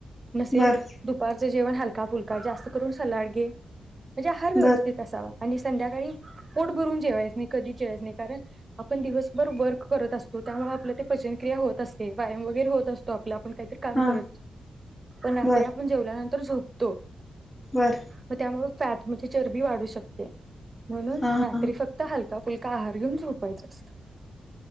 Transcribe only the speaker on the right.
नसेल
दुपार जेवण हलका फुलका जास्त करून सलाड घे म्हणजे आहार व्यवस्थित
असावा आणि संध्याकाळी पोट भरून जेवायच नाही कधीच जेयच नाही कारण आपण दिवसभर वर्क करत असतो त्यामुळे आपलं ते पजनक्रिया होतते्यायाम वगैरे होत असतो आप आप आपण काहीतरी काम
करततो पण रात्री
आपण जेवलांत तर झोपतो
म त्यामुळे फॅट म्हणजे चरबी वाढू शकते म्हणून
रात्री
फक्त हल फुलका आहार घेऊन झोपायच असत